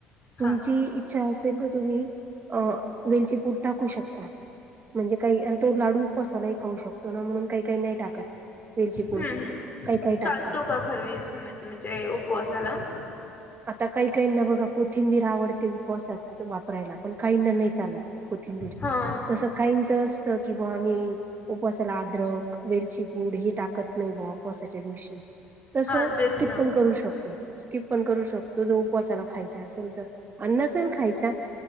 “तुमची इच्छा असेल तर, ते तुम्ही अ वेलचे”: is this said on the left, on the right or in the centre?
Right